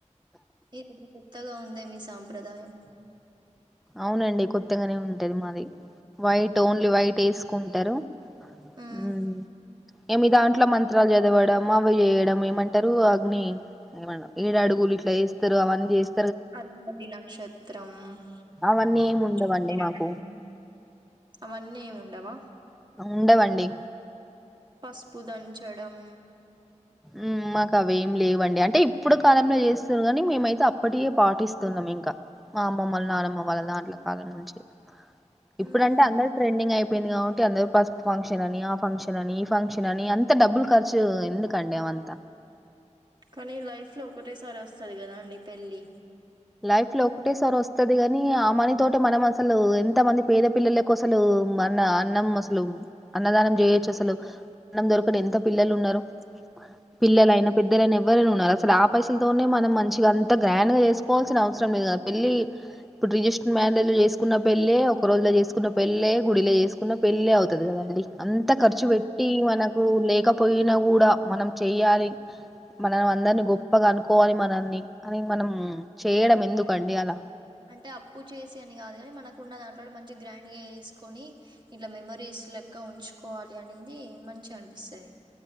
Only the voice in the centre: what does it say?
అవునండి! కొత్తగనే ఉంటది మాది వైట్ ఓన్లీ వైట్. ఏసుకుంటారు.
ఊ ఇగ మీ దాంట్లో మంత్రాలు చద్ దేవడం అవి చేయడం ఏమంటరు అగ్ని ఏడు అడుగులు ఇట్లా వేస్తరు అవన్నీ చేస్
అవన్నీ
ఏమి ఉండవండి
మాకు
ఉండవండి.
ఊ మాకు అవేమి లేవండి. అంటే ఇప్పుడు కాలంల చేస్తున్నారు కానీ మేమైతే అప్పటియే పాటిస్తున్నాం ఇంకా మా అమ్మమ్మలు నానమ్మ వాళ్ల దాంట్ల కాలం నుంచి. ఇప్పుడు
అంటే
అందరు ట్రెడింగ్ అయి పోయింది కాబట్టి అందరు పసుపు ఫంక్షన్ అని ఆ ఫంక్షన్ అని ఈ ఫంక్షన్ అని అంత డబ్బులు ఖర్చు ఎందుక్. సండే వంత
లైఫ్ లో ఒకటే సారి వస్తది కాని ఆ మనీ తోటే మనం అసలు ఎంత మంది పేద పిల్లలకు అసలు మన అన్నం అసలు అన్నదానం చేయొచ్చు అసలు అన్నం దొరకని ఎంత పిల్లలు ఉన్నారు. పిల్లలు అయినా పెద్దలైన ఎవరైనా ఉన్నారు అసలు ఆ పైసలతోనే మనం మంచిగా అంత గ్రాండ్ గా చేస్ పోవాల్సిన అవసరం లేదు కదా పెళ్లి ఇప్పుడు రిజిస్టర్ మ్యారేజ్ లలో చేసుకున్న పెళ్లే ఒక రోజుల చేసుకున్న పెళ్లే గుడిలో చేసుకున్న పెళ్లే అవుతుంది కదండి. అంత ఖర్చు
పెట్టి
మనకు లేకపొయినా కూడా మనం చెయ్యాలి. మనం అందరిని గొప్పగ అనుకోవాలి మనన్ని అని మనం చేయడం ఎందుకండి అల?